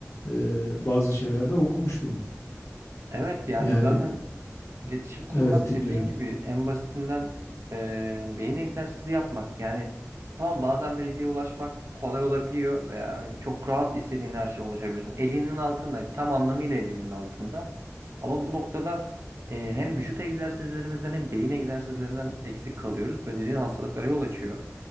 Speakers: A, on the left; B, on the right.
A: e, bazı şeylerde okumuştum.
B: Evet yani
A: Yani
B: zaten iletişim kurmak
A: evet dinliyorum.
B: dediğin gibi en basitinden eee, hani beyin egzersizi yapmak. Yani tamam bazen bilgiye ulaşmak kolay olabiliyor ve hani çok rahat istediğin her şeye ulaşabiliyorsun. Elinin altında tam anlamıyla elinin altında. Ama bu noktada eee, hem vücut egzersizlerimizden hem beyin egzersizlerinden eksik kalıyoruz ve dediğin hastalıklara yol açıyor.